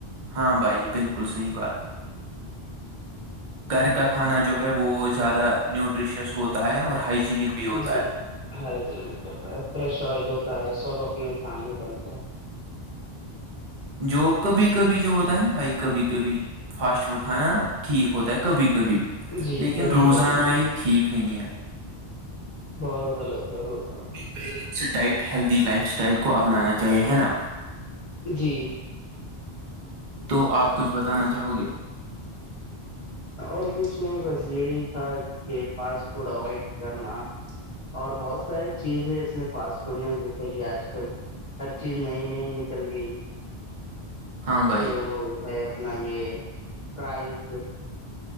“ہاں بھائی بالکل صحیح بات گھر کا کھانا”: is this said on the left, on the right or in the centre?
Right